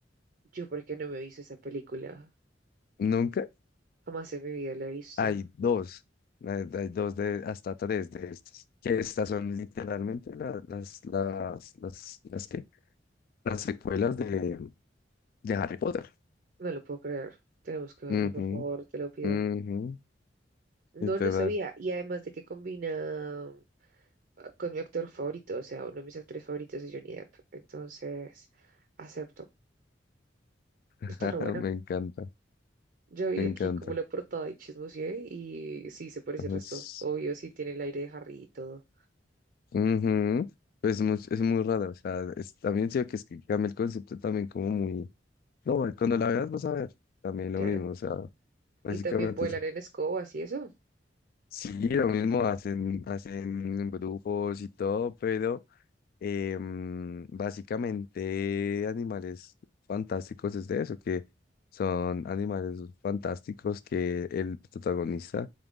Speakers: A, on the right; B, on the left.
A: ¿Yo por qué no me he visto esa película?
B: nunca
A: Jamás en mi vida la he visto.
B: hay dos, hay, hay dos de hasta tres de estas, que estas son literalmente la- las, las, las, las, ¿qué? las secuelas de, de Harry Potter.
A: No lo puedo creer. Tenemos que verla,
B: Ujú,
A: por favor, te lo pido.
B: ujú,
A: No,
B: literal,
A: no sabía. Y además de que combina ah, con mi actor favorito, o sea, uno de mis actores favoritos es Johnny Depp. Entonces, acepto.
B: <laughs>
A: Está re buena.
B: me encanta,
A: Yo vi
B: me encanta.
A: aquí como la portada y chismoseé y sí, se parece
B: Entonces,
A: el resto. Obvio, sí, tiene el aire de Harry y todo.
B: ujú, Es muy, es muy raro, o sea, es, también siento que es que cambia el concepto también como muy, No, güey, cuando la veas vas a ver, también
A: Claro.
B: lo mismo, o sea, básicamente
A: Y también vuelan
B: es-
A: en escobas y eso.
B: sí, lo mismo hacen, hacen embrujos y todo, pero em, básicamente animales fantásticos es de eso, que son animales fantásticos que el protagonista